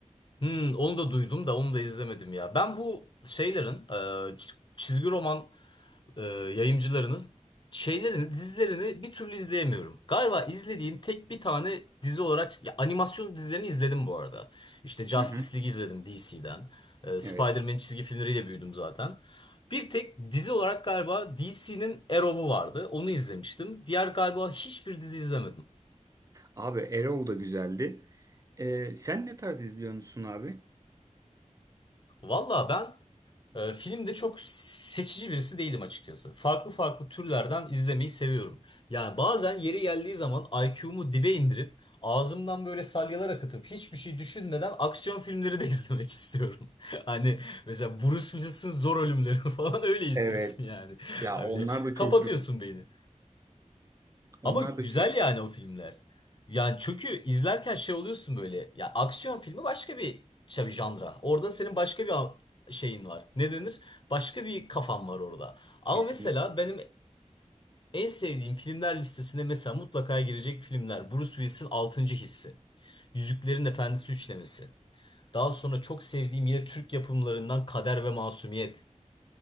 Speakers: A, on the left; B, on the right.
A: Hmm, onu da duydum da onu da izlemedim ya. Ben bu şeylerin e, çiz- çizgi roman e, yayımcılarının şeylerini, dizilerini bir türlü izleyemiyorum. Galiba izlediğim tek bir tane dizi olarak ya animasyon dizilerini izledim bu arada. İşte Justice
B: Hı hı.
A: League izledim DC'den. E, Spider-Man
B: Evet.
A: çizgi filmleriyle büyüdüm zaten. Bir tek dizi olarak galiba DC'nin Arrow'u vardı. Onu izlemiştim. Diğer galiba hiçbir dizi izlemedim.
B: Abi Arrow da güzeldi. E, sen ne tarz izliyorsun abi?
A: Valla ben Ee, filmde çok seçici birisi değilim açıkçası. Farklı farklı türlerden izlemeyi seviyorum. Yani bazen yeri geldiği zaman IQ'mu dibe indirip ağzımdan böyle salyalar akıtıp hiçbir şey düşünmeden aksiyon filmleri de <laughs> izlemek istiyorum. <laughs> Hani mesela Bruce Willis'in Zor Ölümleri <laughs> falan öyle izliyorsun
B: Evet.
A: yani.
B: Ya
A: Hani
B: onlar
A: böyle
B: da
A: kapatıyorsun
B: çok güzel.
A: beyni.
B: Onlar
A: Ama güzel
B: da çok
A: yani o filmler. Yani çünkü izlerken şey oluyorsun böyle. Ya aksiyon filmi başka bir şey bir janra. Orada senin başka bir a- şeyin var. Ne denir? Başka bir kafan var orada. Ama
B: kesinlikle.
A: mesela benim en sevdiğim filmler listesine mesela mutlaka girecek filmler. Bruce Willis'in 6. Hissi. Yüzüklerin Efendisi üçlemesi. Daha sonra çok sevdiğim yine Türk yapımlarından Kader ve Masumiyet.